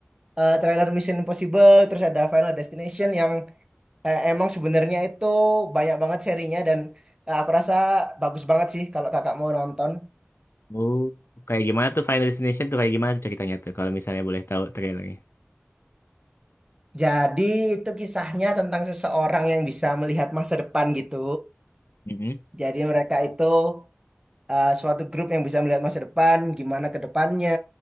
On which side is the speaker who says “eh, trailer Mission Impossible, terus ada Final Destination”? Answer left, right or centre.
Right